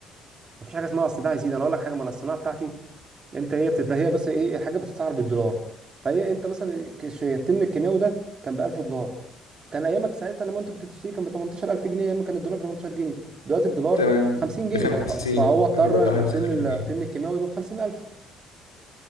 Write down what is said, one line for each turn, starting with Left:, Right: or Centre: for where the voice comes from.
Right: مفيش حاجه اسمها اصل ده هيزيد انا اقول لك حاجه ما انا الصناعه بتاعتي انت هي بتت... هي بس ايه الحاجه بتتسعر بالدولار فهي انت مثلا كش- التمن الكيماوي ده كان ب 1000 دولار كان ايامك ساعتها لما انت كنت بتشتري كان ب 18000 جنيه ايام كان الدولار ب 18 جنيه دلوقتي الدولار
Left: تمام
Right: 50 جنيه
Left: بخمسين
Right: ف- فهو اضطر
Left: انا بقى 50
Right: تمن ال- تمن الكيماوي يبقى ب 50000